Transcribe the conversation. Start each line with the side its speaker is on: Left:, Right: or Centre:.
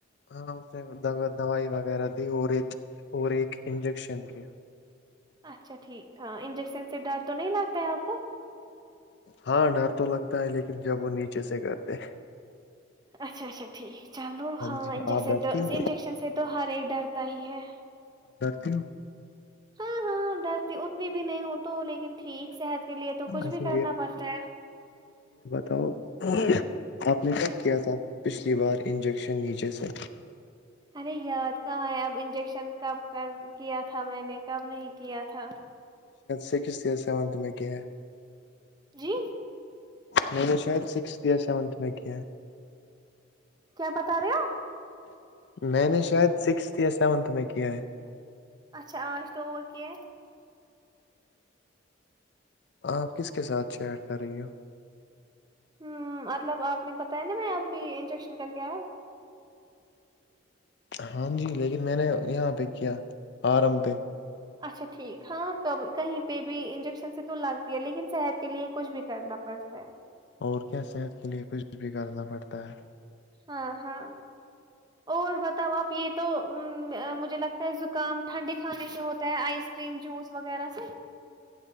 Left: ہاں اس نے دوائی وغیرہ دی اور ایک اور ایک انجیکشن کیا
Right: اچھا ٹھیک ہے انجیکشن سے ڈر تو نہیں لگتا ہے آپ کو
Left: ہاں ڈر تو لگتا ہے لیکن جب وہ نیچے سے کرتے
Right: اچھا اچھا ٹھیک چلو ہاں
Left: جی
Right: انجیکشن
Left: آپ ڈرتی
Right: تو
Left: ہو
Right: انجیکشن سے تو ہر ایک ڈرتا ہی ہے
Left: ہ <inaudible>
Right: ہاں ہاں ڈر اتنی بھی نہیں ہو تو لیکن ٹھیک صحت کے لیے تو کچھ
Left: اچھا
Right: بھی کرنا پڑتا ہے
Left: تو <inaudible> آپ نے
Right: جی
Left: کب کیا تھا پچھلی بار انجیکشن نیچے سے
Right: ارے یاد کہاں ہے اب انجیکشن کب کر کیا تھا میں نے کب نہیں کیا تھا
Left: سکستھ یا سیونتھ میں کیا ہے
Right: جی
Left: میںی نے شاید سکسستھیا سیونتھ م میںک کے
Right: کیا بتا رہے آپ
Left: میں نے شاید سکسھ یا سیونتھ میں کیا ہے
Right: اچھا آچ توور کی
Left: آپ کس کے ساتھ چیٹ کر رہی ہو
Right: ہ مطلب آپ نے بتایا نا میں اب بھی انجیکشن کر کے آیا
Left: ہاں جی لیکن میں نے یہاں پہ کیا آرم پہ
Right: اچھا ٹھیک ہاں ک کہیں پہ بھی انجیکشن سے تو لگتی ہے لیکن صحت کے لیے کچھ بھی کرنا پڑتا ہے
Left: اور کیا صحت کے لیے کچھ بھی کرنا پڑتا ہے
Right: ہاں ہاں اور بتاؤ آپ یہ تو ا مجھے لگتا ہے زکام ٹھنڈے کھانے سے ہوتا کیا آئس کریم جوس وغیرہ س